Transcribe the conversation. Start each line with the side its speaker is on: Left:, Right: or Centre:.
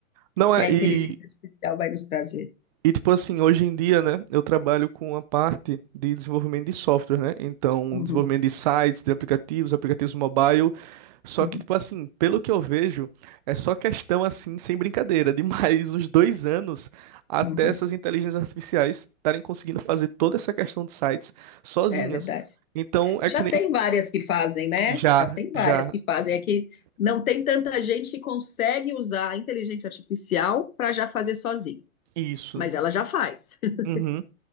Right: Não
Left: que
Right: é,
Left: a inteligência
Right: e
Left: artificial vai nos trazer.
Right: E tipo assim, hoje em dia, né, eu trabalho com a parte de desenvolvimento de software, né? Então,
Left: Uhum,
Right: desenvolvimento de sites, de aplicativos, aplicativos mobile. Só
Left: uhum,
Right: que, tipo assim, pelo que eu vejo, é só questão assim, sem brincadeira, de mais <laughs> uns dois anos até
Left: uhum.
Right: essas inteligências artificiais estarem conseguindo fazer toda essa questão de sites sozinhas.
Left: É verdade.
Right: Então, é
Left: Já
Right: que
Left: tem
Right: nem
Left: várias que fazem, né?
Right: já,
Left: Já tem várias
Right: já,
Left: que fazem. É que não tem tanta gente que consegue usar a inteligência artificial para já fazer sozinho,
Right: isso.
Left: mas ela já faz. <laughs>
Right: Uhum.